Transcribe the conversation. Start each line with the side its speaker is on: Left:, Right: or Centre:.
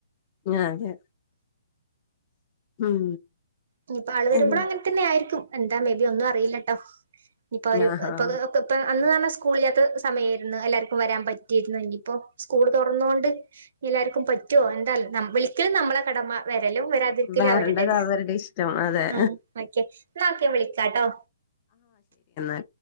Left: അതെ ഉം
Right: ഇനിയിപ്പ ആൾ വരുമ്പളു
Left: ഉം.
Right: അങ്ങനെതന്നെ ആയിരിക്കും എന്താ മെബി ഒന്നും അറിയില്ലട്ടോ ഇപ്പൊ അവര്
Left: ആഹാ
Right: ഇപ്പൊ ഇപ്പ അന്ന് നല്ല സ് സ്കൂൾ ഇില്ലാത്ത സമയയിരുന്നു എല്ലാവർക്കും വരാൻ പറ്റിയിരുന്നു ഇനിയിപ്പോ സ്കൂൾ തുറന്നൊണ്ട് എല്ലാർക്കും പറ്റു എന്താ വിളിക്കലും നമ്മളെ കടമ വരലും വരാതിരിക്കലും
Left: വരണ്ടത്
Right: അവരുടേത്
Left: അവരുടെ ഇഷ്ടം അതെ
Right: ആ ഓക്കെ എന്ന ഒക്കെ വിളിക്കാട്ടോ
Left: ല്ല